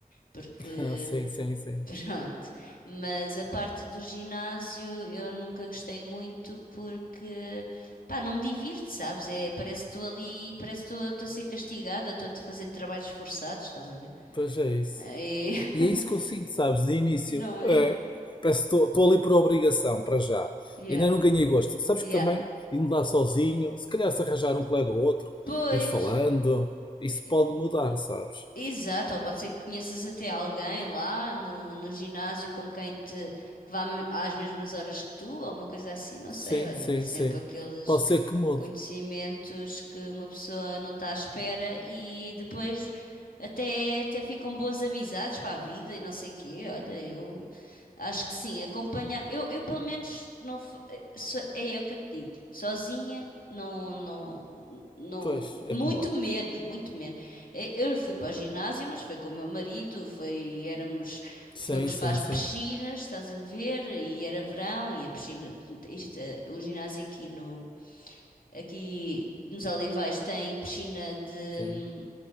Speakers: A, on the left; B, on the left.
A: Porque,
B: <laughs> Ah, sim, sim, sim.
A: <laughs> pronto. Mas a parte do ginásio eu nunca gostei muito porque, pá, não me divirto, sabes? É, parece que estou ali, parece que estou estou a ser castigada, estou a fazer trabalhos forçados, estás a ver?
B: Pois é isso.
A: É, <laughs>
B: E é isso que eu sinto, sabes, de início.
A: não é?
B: É. Parece que estou ali por obrigação, para já.
A: Yeah,
B: Ainda não ganhei gosto. Sabes
A: yeah.
B: que também, indo lá sozinho, se calhar se arranjar um colega ou outro,
A: Pois,
B: ir falando, isso
A: e-
B: pode mudar, sabes?
A: exato, ou pode ser que conheças até alguém lá no, no ginásio com quem te, que vá me- às mesmas horas que tu, ou uma coisa assim, não
B: Sim,
A: sei, olha,
B: sim,
A: há sempre
B: sim.
A: aqueles
B: Pode ser que mude.
A: conhecimentos que uma pessoa não está à espera e depois até, até ficam boas amizades para a vida e não sei quê, olha, eu acho que sim, acompanhar, eu, eu pelo menos não, fa- eh, so- é é o que eu te digo, sozinha, não, não, não,
B: Pois,
A: muito
B: é como eu.
A: menos, muito menos. E- Eu fui para o ginásio, mas foi com o meu marido, foi, éramos,
B: Sim,
A: fomos
B: sim,
A: para as piscinas,
B: sim.
A: estás a ver? E era verão e a piscina, isto, eh, o ginásio aqui no, aqui nos Olivais tem piscina de,
B: Sim,